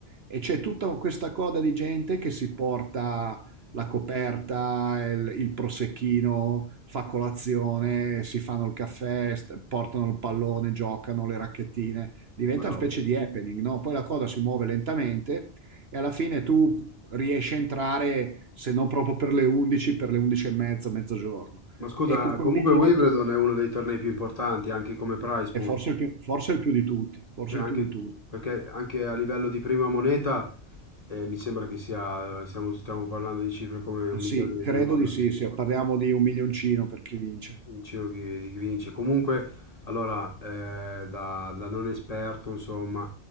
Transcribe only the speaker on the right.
e c'è tutta questa coda di gente che si porta la coperta, il, il prosecchino, fa colazione, si fanno il caffè, st- portano il pallone, giocano le racchettine. Diventa
una specie di happening, no? Poi la coda si muove lentamente e alla fine tu riesci a entrare, se non proprio per le 11, per le 11 e mezza, mezzogiorno.
E con quel
biglietto,
e forse il più, forse il più di tutti, forse
il più di tutti.
Sì,
credo
di sì, sì, parliamo di un milioncino per chi vince.